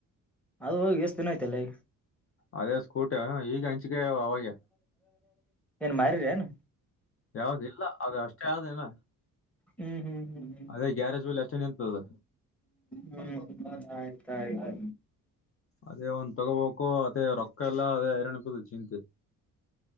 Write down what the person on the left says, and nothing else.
ಅದೇ ಸ್ -- ಸ್ಕೂಟ ಈಗ ಹಂಚಿಕೇ ಅಗಾವ್ ಅವಾಗೆ.
ಯಾವ್ದ ಇಲ್ಲ ಅದು ಅಷ್ಟೇ ಆದೇಲ್ಲ.
ಅದೇ ಗ್ಯಾರೇಜ್ ಅಲ್ಲಿ ಅಷ್ಟೇ ನಿಂತದ.
ಅದೇ ಒಂದ್ ತಗೋಬೇಕು. ಅ ರೊಕ್ಕ ಎಲ್ಲ ಐರನಪುದು ಚಿಂತಿ -